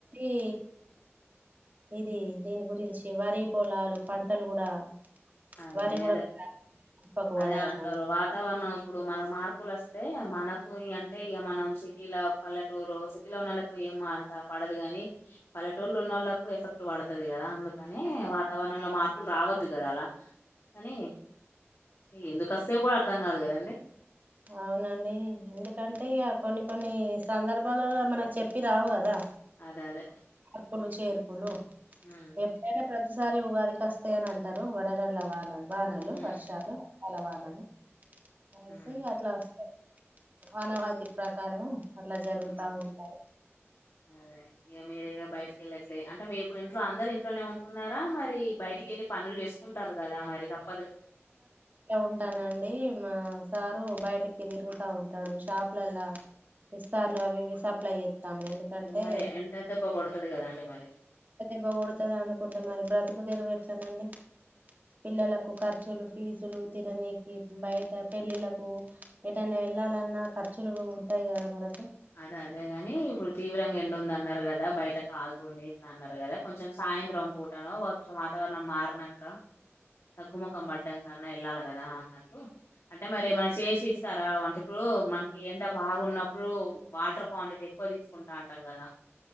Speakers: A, on the right; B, on the left.
A: ఏ ఇది దీని గురించి వరి పొలాలు పంటలు కూడా
B: అదే
A: వరి కూడా
B: అదే
A: కుప్పకు
B: అదే
A: పడదట
B: అంటారు వాతావరణం ఇప్పుడు మనం మార్పు మపుల్ వస్తే మనకు అంటే ఇక మనం సిటీలో పల్లెటూరు సిటీలో ఉన్న వాళ్ళలకు ఏమ అంత పడదు కాని పల్లెటూర్లో ఉన్న వాళ్ళకు ఎఫెక్ట్ పడతుది కదా అందుకని వాతావరణంలో మార్పులు రావద్దు కదా అలా కానీ ఎందుకు వస్తేవి కూడా అర్థం కాదు కదండి
A: అవునండి ఎందుకంటే ఇక కొన్ని కొన్ని సందర్భాలలో మనకు చెప్పి రావు కదా
B: అద అదే
A: అర్పోలు చేర్పోలు
B: ఉమ్,
A: ఎప్పుడైనా ప్రతి ఒకసారి ఉగాదికి వస్తాయ అని అంటారు వడగండ్ల వాళ్రాల వానలు
B: ఉమ్,
A: వర్షాలు లవాలను అయితేయి
B: ఉమ్,
A: అట్లా వస్తాయి అనాహతి ప్రకారం అట్లా జరుగుతా
B: ఉమ్,
A: ఉంటాయి
B: అదే ఇక మీరు బయటికి వెళ్ళట్లే అంటే మీరు ఇప్పుడు ఇంట్లో అందరు ఇంట్నే ఉంటున్నారా మరి బయటికిళ్ళి పనులు చేసుకుంటారు కదా మరి తప్ప
A: ఉంటానండి మా స బయటికి తిరుగుతా ఉంటాడు షాపులలా విస్తార్లు అవి సప్లై ఏం ఎందుకంటే
B: అయ్యో మరి ఎండ దెబ్బ కొడుతది కదండి మరి
A: ఇవ్వకడుతుంది అనుకుంటే మరి బ్రతుకు కుదరు ఎట్లానండి పిల్లలకు ఖర్చులు ఫీజులు తినడానికి బయట పెళ్ళిలకు ఏదైనా వెళ్ళాలన్నా ఖర్చులు ఉంటాయి కదా మనకు
B: అదే అదేగాని ఇప్పుడు తీవ్రంగా ఎండు ఉంది అన్నారు కదా బయట కాల్తుంది ఇట్లా అన్నారు కదా కొంచెం సాయంత్రం పూటను కొం వాతావరణం మారినక తగ్గుముఖం పడ్డాకన్నా వెళ్ళాలి కదా అన్నట్టు అంటే మరి ఏమై చేసి ఇస్తారు లా వంటకుడు మనకి ఎండ బాగున్నప్పుడు వాటర్ క్వాంటిటీ ఎక్కువ తీసుకుంటా ఉంటాం కదా